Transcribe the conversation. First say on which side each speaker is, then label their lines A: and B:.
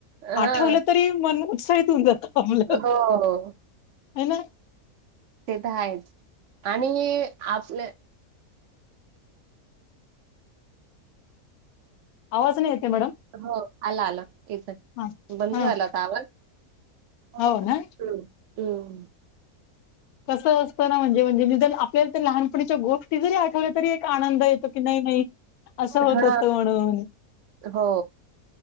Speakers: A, on the right (about 65°); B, on the left (about 80°).
A: हां,
B: आठवलं तरी मन उत्साहित होऊन जात आपलं
A: हो.
B: ह ना
A: ते तर आहेच आणि आपल्या
B: आवाज नाही येत आहे मॅडम?
A: हो आला आला येतोय
B: हां,
A: बंद
B: हां.
A: झालं का आवाज? हम्म
B: हो ना?
A: हम्म
B: कसं असतं ना म्हणजे म्हणजे निदान आपल्याला लहानपणीच्या गोष्टी जरी आठवल्या तरी एक आनंद येतो की नाही नाही असं होत
A: हा
B: होतं म्हणून
A: हो